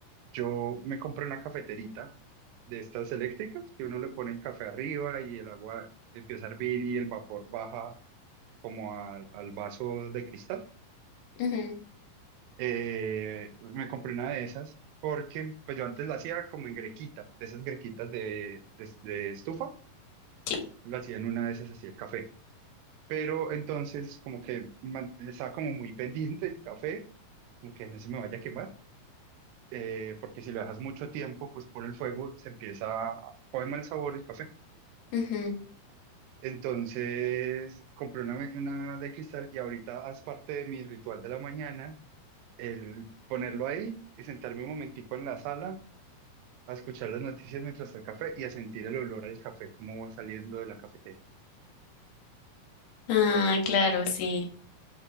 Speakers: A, on the right (about 85°); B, on the left (about 75°).
A: yo me compré una cafeterita de estas eléctricas que uno le pone el café arriba y el agua empieza a hervir y el vapor baja como al al vaso de cristal.
B: Ujú,
A: Eh, me compré una de esas porque pues yo antes la hacía como en grequita, de esas grequitas de, de, de estufa,
B: Sí.
A: la hacía en una de esas así el café. Pero entonces como que man- estaba como muy <laughs> pendiente el café como que no se me vaya a quemar, eh, porque si lo dejas mucho tiempo, pues por el fuego se empieza a coger mal sabor el café.
B: Ujú.
A: Entonces compré una, me- una de cristal y ahorita haz parte de mi ritual de la mañana, el ponerlo ahí y sentarme un momentico en la sala a escuchar las noticias mientras el café y a sentir el olor al café, cómo va saliendo de la cafetera.
B: Ah, claro, sí.